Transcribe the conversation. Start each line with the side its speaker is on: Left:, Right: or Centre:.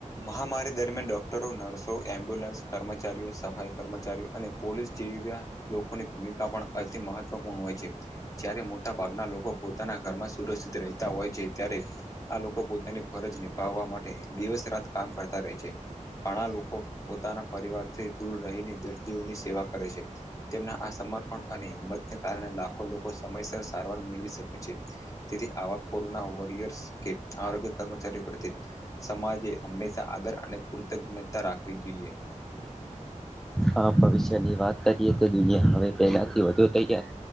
Left: મહામારી દરમિયાન ડોક્ટરો નર્સો એમ્બ્યુલન્સ કર્મચારીઓ સફાઈ કર્મચારીઓ અને પોલીસ જેવયા લોકોની ભૂમિકા પણ અતિ મહત્વપૂર્ણ હોય છે જાયારે મોટા ભાગના લોકો પોતાના ઘરમાં સુરક્ષિત રહેતા હોય છે ત્યારે આ લોકો પોતાની ફરજ નિભાવવા માટે દિવસ રાત કામ કરતા રહે છે. ઘણા લોકો પોતાના પરિવારથી દૂર રહીને દર્દીઓની સેવા કરે છે તેમના આ સમરપણ અને હિંમતને કારણે લાખો લોકો સમયસર સારવાર મેળવી શકે છે તેથી આવા કો રોના વોરિયર્સ કે આરોગ્ય કર્મચારીઓ પ્રતિ સમાજ હંમેશા આદર અને કૃતજ્ઞતા રાખવી જોઈએ.
Centre: હા ભવિષ્યની વાત કરીએ તો દુનિયા હવે પહેલાથી વધુ તૈયાર